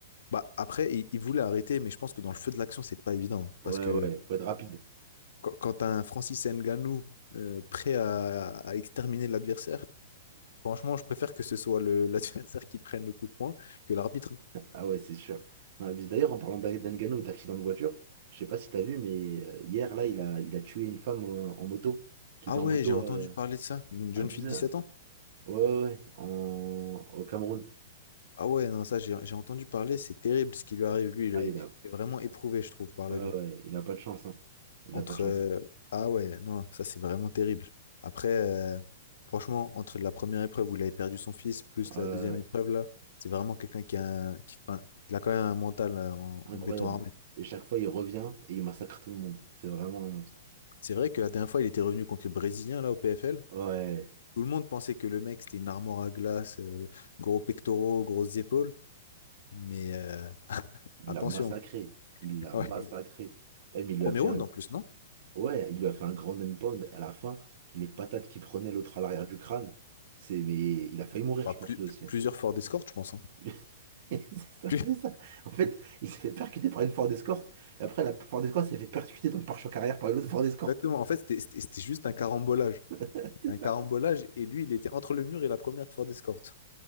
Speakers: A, on the left; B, on the right.
A: bah, après, il, il voulait arrêter, mais je pense que dans le feu de l'action, c'est pas évident. Parce
B: Ouais,
A: que
B: ouais, faut être rapide.
A: quand, quand t'as un Francis Nganou euh, prêt à, à exterminer l'adversaire, franchement, je préfère que ce soit le- <laughs> l'adversaire qui prenne le coup de poing que l'arbitre.
B: Ah ouais, c'est sûr. Non, mais D'ailleurs, en parlant d'A- d'Ngannou et d'accident de voiture, je sais pas si t'as vu, mais euh, hier, là, il a, il a tué une femme euh, en moto, qui
A: Ah
B: était en
A: ouais,
B: moto
A: j'ai entendu
B: euh,
A: parler de ça. Une jeune
B: abusée.
A: fille de 17
B: hein.
A: ans.
B: Ouais, ouais, ouais, en... au Cameroun.
A: Ah ouais, non, ça, j'ai j'ai entendu parler. C'est terrible ce qui lui arrive. Lui, il
B: Ah,
A: est,
B: il a...
A: il est vraiment éprouvé, je trouve, par
B: Ouais,
A: la vie.
B: ouais, il a pas de chance, hein. Il
A: Entre.
B: a pas de chance.
A: euh, ah ouais, non, ça, c'est vraiment terrible. Après, euh, franchement, entre la première épreuve où il avait perdu son fils, plus
B: Euh,
A: la deuxième épreuve, là, c'est vraiment quelqu'un qui a, un- qui, enfin, il a quand même un mental euh, en
B: incroyable.
A: en béton armé.
B: Et chaque fois, il revient et il massacre tout le monde. C'est vraiment un monstre.
A: C'est vrai que la dernière fois, il était revenu contre les Brésiliens, là, au PFL.
B: Ouais,
A: Tout le monde pensait que le mec, c'était une armoire à glace, euh, gros pectoraux, grosses épaules. Mais euh,
B: il
A: attention.
B: l'a massacré. Il l'a
A: <laughs> Ouais,
B: massacré.
A: il-
B: Eh, mais il
A: Premier
B: lui a fait
A: round,
B: un
A: en plus, non?
B: Ouais, il lui a fait un grand end pound. À la fin, les patates qu'il prenait l'autre à l'arrière du crâne, c'est. Mais il a failli mourir,
A: Bah,
B: je pense,
A: plus-
B: lui
A: plus-
B: aussi. hein.
A: plusieurs forts d'escorte, je pense. hein.
B: <laughs> C'est ça,
A: Plus-
B: c'est
A: <laughs>
B: ça. En fait, il s'est fait percuter par une Ford Escort. Et après, la Ford Escort s'est fait percuter dans le pare-choc arrière par une autre Ford Escort.
A: Exactement. En fait, c'était c'était- c'était juste un carambolage.
B: <laughs> C'est
A: Un carambolage,
B: ça.
A: et lui, il était entre le mur et la première de fort d'escorte.